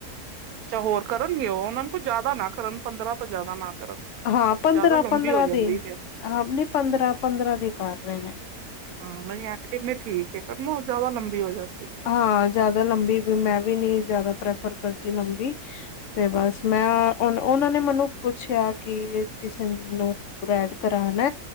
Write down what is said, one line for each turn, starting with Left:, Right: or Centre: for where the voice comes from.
Right: ਅੱਛਾ ਹੋਰ ਕਰਨਗੇ ਉਹ ਉਹਨਾਂ ਨੂੰ ਕੋਲ ਜ਼ਿਆਦਾ ਨਾ ਕਰਨ ਪੰਦਰਾਂ ਤੋਂ ਜ਼ਿਆਦਾ ਨਾ ਕਰਨ।
Left: ਹਾਂ ਪੰਦਰਾਂ
Right: ਜ਼ਿਆਦਾ ਲੰਬੀ
Left: ਪੰਦਰਾਂ
Right: ਹੋ ਜਾਂਦੀ
Left: ਦੀ
Right: ਫਿਰ
Left: ਹਾਂ ਨੀ ਪੰਦਰਾਂ ਪੰਦਰਾਂ ਦੀ ਕਰ ਰਹੇ ਨੇ
Right: ਹਾਂ ਮੈਂ ਆਖ ਕੇ ਠੀਕ ਐ ਫਿਰ ਜ਼ਿਆਦਾ ਲੰਬੀ ਹੋ ਜਾਂਦੀ ਹੈ।
Left: ਹਾਂ ਜਿਆਦਾ ਲੰਬੀ ਵੀ ਮੈਂ ਵੀ ਨੀ ਜਿਆਦਾ ਪ੍ਰੈਫਰ ਕਰਦੀ ਲੰਬੀ ਤੇ ਬਸ ਮੈਂ ਉਹ ਉਹਨਾਂ ਨੇ ਮੈਨੂੰ ਪੁੱਛਿਆ ਕਿ ਕਿਸੇ ਨੂੰ ਰੈਡ ਕਰਾਣਾ